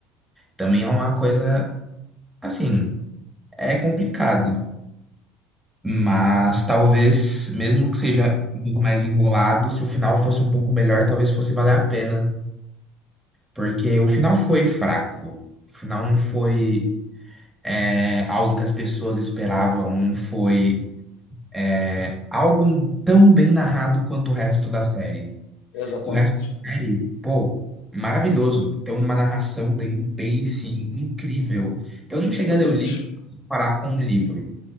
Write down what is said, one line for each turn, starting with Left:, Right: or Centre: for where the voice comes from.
Centre: Também é uma coisa, assim, é complicado. Mas talvez, mesmo que seja um pouco mais enrolado, se o final fosse um pouco melhor, talvez fosse valer a pena. Porque o final foi fraco. O final não foi, é, algo que as pessoas esperavam, não foi, é, algo tão bem narrado quanto o resto da série.
Left: exatamente.
Centre: O resto da série, pô, maravilhoso. Tem uma narração, tem um pacing incrível. Eu não cheguei
Left: É brilhante.
Centre: a ler o livro pra comparar com o livro.